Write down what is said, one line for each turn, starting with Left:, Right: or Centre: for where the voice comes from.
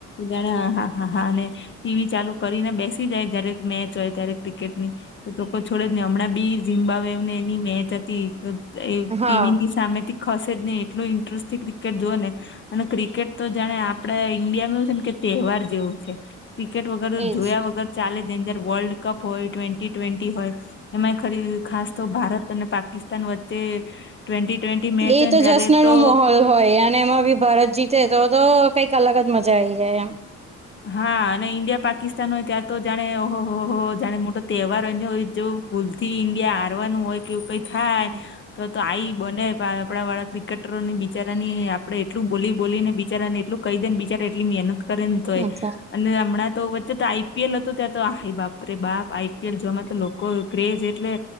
Left: જાણે હા હા હા અને. ટીવી ચાલુ કરીને બેસી જાય જ્યારે મેચ હોય ત્યારે ક્રિકેટની તો લોકો છોડે જ નહી હમણાં બી ઝિમ્બાબ્વેની મેચ હતી. તો એ
Right: હા
Left: ટીવી સામેથી ખસે જ નહી. એટલો ઇન્ટરેસ્ટથી ક્રિકેટ જુએ ને અને ક્રિકેટ તો જાણે આપડે ઈન્ડિયાનું <unintelligible> તહેવાર જેવું છે. ટિકેટ વગર
Right: એજ
Left: જોયા વગર ચાલે <unintelligible> વર્લ્ડ કપ હોય ટ્વેન્ટી ટ્વેન્ટી હોય. એમાંય ખરી ખાસ તો ભારત અને પાકિસ્તાન વચ્ચે ટ્વેન્ટી ટ્વેન્ટી મેચ
Right: એ
Left: હોય
Right: તો
Left: ને ત્યારે
Right: જશ્નનો
Left: તો
Right: મોહોલ હોય અને એમાં ભી ભારત જીતે તો તો કંઈક અલગ જ મજા આવી જાય એમ.
Left: હા અને ઈન્ડિયા પાકિસ્તાન હોય, ત્યાર તો જાણે ઓ હો હો જાણે મોટો તહેવાર હો હોય જેવુ <unintelligible> થી ઈન્ડિયા હારવાનું હોય કે એવું કંઈ થાય.
Right: એમ
Left: તો તો આઈ બને આપડા વાળા ક્રિકેટરોને બિચારાની આપણેે એટલું બોલી બોલીને બિચારાને એટલું કહી દેને બિચાર એટલી મહેનત કરે ન
Right: અચ્છા
Left: અને હમણાં તો વચ્ચે તો આઈપીએલ હતું ત્યાં તો, હાય બાપ રે બાપ આઈપીએલ જોવામાં તો લોકો ક્રેઝ એટલે